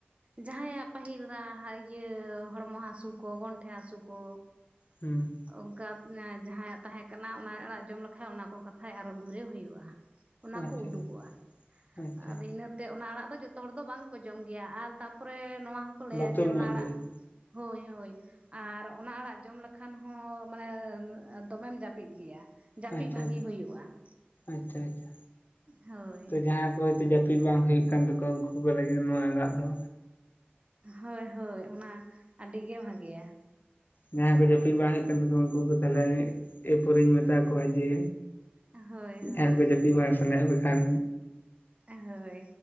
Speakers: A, on the right; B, on the left.
A: ᱡᱟᱦᱟᱸᱭᱟᱜ ᱯᱟᱹᱦᱤᱞ ᱫᱟᱜ ᱤᱭᱟᱹ ᱦᱚᱲᱢᱚ ᱦᱟᱹᱥᱩ ᱠᱚ ᱜᱚᱱᱴᱷᱮ ᱦᱟᱹᱥᱩ ᱠᱚ
B: ᱦᱩᱸ
A: ᱚᱱᱠᱟ ᱡᱟᱦᱟᱸᱭᱟᱜ ᱛᱟᱦᱮᱸ ᱠᱟᱱᱟ ᱚᱱᱟ ᱟᱲᱟᱜ ᱡᱚᱢ ᱞᱮᱠᱷᱟ ᱚᱱᱟ ᱠᱚ ᱠᱟᱛᱷᱟᱡ ᱟᱨᱚ ᱜᱷᱩᱨᱮ ᱦᱩᱭᱩᱜᱼᱟ ᱚᱱᱟ
B: ᱟᱪᱪᱷᱟ
A: ᱠᱚ ᱩᱰᱩᱠᱚᱜᱼᱟ
B: ᱟᱪᱪᱷᱟ
A: ᱟᱨ ᱤᱱᱟᱹᱛᱮ ᱚᱱᱟ ᱟᱲᱟᱜ ᱫᱚ ᱡᱚᱛᱚ ᱦᱚᱲ ᱫᱚ ᱵᱟᱝ ᱠᱚ ᱡᱚᱢ ᱜᱮᱭᱟ ᱟᱨ ᱛᱟᱯᱚᱨᱮ ᱱᱚᱣᱟ ᱠᱚ ᱞᱟᱹᱭᱟ
B: ᱵᱚᱛᱚᱨ
A: ᱡᱮ ᱚᱱᱟ
B: ᱧᱚᱜ
A: ᱟᱲᱟᱜ
B: ᱜᱮᱭᱟ
A: ᱦᱳᱭ ᱦᱳᱭ ᱟᱨ ᱚᱱᱟ ᱟᱲᱟᱜ ᱡᱚᱢ ᱞᱮᱠᱷᱟᱱ ᱦᱚᱸ ᱢᱟᱱᱮ ᱫᱚᱢᱮᱢ ᱡᱟᱹᱯᱤᱫ ᱜᱮᱭᱟ ᱡᱟᱹᱯᱤᱫ
B: ᱟᱪᱪᱷᱟ
A: ᱵᱷᱟᱜᱤ
B: ᱟᱪᱪᱷᱟ
A: ᱦᱩᱭᱩᱜᱼᱟ
B: ᱟᱪᱪᱷᱟ ᱟᱪᱪᱷᱟ
A: ᱦᱳᱭ
B: ᱛ ᱡᱟᱦᱟᱸ ᱦᱚᱭᱛᱳ ᱡᱟᱹᱯᱤᱫ ᱵᱟᱝ ᱦᱩᱭᱩᱜ ᱠᱟᱱ ᱛᱟᱠᱚᱣᱟ ᱩᱱᱠᱩ ᱠᱚ ᱞᱟᱹᱜᱤᱫ ᱱᱚᱣᱟ ᱟᱲᱟᱜ ᱫᱚ
A: ᱦᱳᱭ ᱦᱳᱭ ᱚᱱᱟ ᱟᱹᱰᱤ ᱜᱮ ᱵᱷᱟᱜᱮᱭᱟ
B: ᱡᱟᱦᱟᱸᱭ ᱠᱚ ᱡᱟᱹᱯᱤᱫ ᱵᱟᱝ ᱦᱩᱭᱩᱜ ᱠᱟᱱ ᱛᱟᱠᱚᱣᱟ ᱩᱱᱠᱩ ᱠᱚ ᱛᱟᱦᱞᱮ ᱮᱨᱯᱚᱨᱮᱧ ᱢᱮᱛᱟ ᱠᱚᱣᱟ ᱡᱮ
A: ᱦᱳᱭ ᱦᱳᱭ
B: ᱡᱟᱦᱟᱸᱭ ᱫᱚ ᱡᱟᱹᱯᱤᱫ ᱵᱟᱝ ᱥᱟᱱᱟᱭᱮᱫ ᱯᱮᱠᱷᱟᱱ
A: ᱮ ᱦᱳᱭ